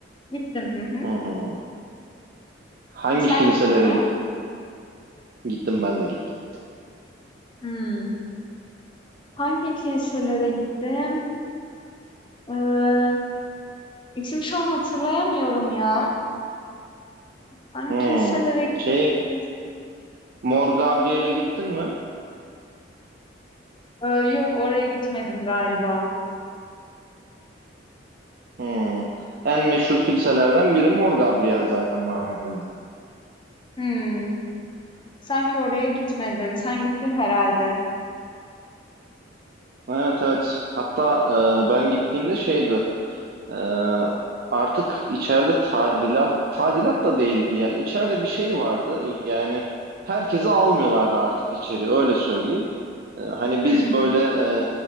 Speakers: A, on the left; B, on the right.
A: Gittim. Hı hı.
B: Hı hı. Hangi
A: Sen
B: kiliselere
A: gittin mi?
B: git gittim ben de gittim.
A: Hımm. Hangi kiliselere gittim? Eee, isim şu an hatırlayamıyorum ya. Hangi
B: Hmm.
A: kiliselere gitmiştim?
B: Şey Mor Gabriel'e gittin mi?
A: Eee, yok, oraya gitmedim galiba.
B: Hmm. En meşhur kiliselerden biri Mor Gabriel zaten Mardin'de.
A: Hımm. Sanki oraya gitmedim. Sen gittin herhalde.
B: Evet evet. Hatta e, ben gittiğimde şeydi. e, artık içeride tadilat, tadilat da değildi ya. İçeride bir şey vardı. Yani herkesi almıyorlardı artık içeri. Öyle söyleyeyim. E, hani
A: Hımm.
B: biz böyle e,